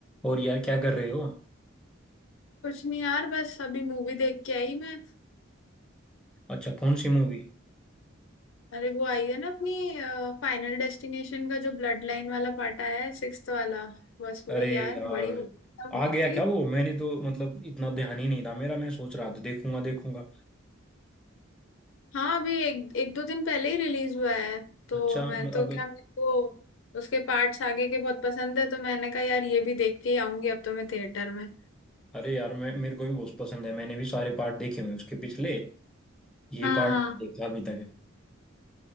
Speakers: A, in the centre; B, on the left.
A: और यार क्या कर रहे हो
B: कुछ नहीं यार बस अभी मूवी देख के आई मैं
A: अच्छा कौन सी मूवी
B: अरे वो आई है ना अपनी फाइनल डेस्टिनेशन का जो ब्लड लाइन वाला पार्ट आया है सिक्स्थ वाला बस वही
A: अरे
B: यार
A: यार
B: बड़ी मूवी
A: आ गया
B: थी
A: क्या वो मैंने तो मतलब इतना ध्यान ही नहीं था मेरा मैं सोच रहा था देखूंगा देखूंगा
B: हाँ अभी एक एक दो दिन पहले ही रिलीज हुआ है तो
A: अच्छा
B: मैं तो
A: अब
B: क्या मेरे को उसके पार्ट्स आगे के बहुत पसंद है तो मैंने कहा यार ये भी देख के ही आऊंगी अब तो मैं थिएटर में
A: अरे यार मैं मेरे को भी बहुत पसंद है मैंने भी सारे पार्ट देखे हुए हैं उसके पिछले ये
B: हाँ
A: पार्ट
B: हाँ
A: नहीं देखा अभी तक है